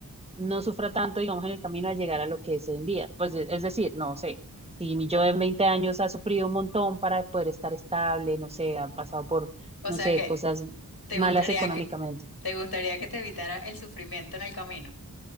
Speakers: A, on the right (about 15°); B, on the left (about 75°).
A: no sufra tanto, digamos, en el camino a llegar a lo que es hoy en día. Pues e- es decir, no sé, si mi yo en 20 años ha sufrido un montón para poder estar estable, no sé, ha pasado por,
B: O
A: no
B: sea,
A: sé,
B: que
A: cosas
B: te
A: malas
B: gustaría
A: económicamente
B: que te gustaría que te evitara el sufrimiento en el camino.